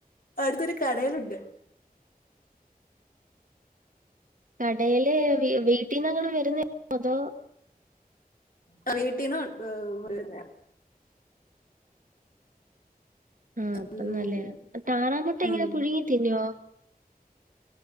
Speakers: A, on the left; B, on the right.
A: അടുത്തൊരു കടൽ ഉണ്ട്
B: കടൽ വീ വീട്ടിന്നു തങ്ങള് വരുന്നുണ്ടോ അതോ
A: ആ വീട്ടിനും കൊണ്ട് വരുന്നയ
B: <unintelligible> ആഹ അപ്പോ
A: ഉം
B: നല്ലേയ താറാമുട്ട
A: ഉം
B: എങ്ങനെ പുഴുങ്ങി തിന്നുവോ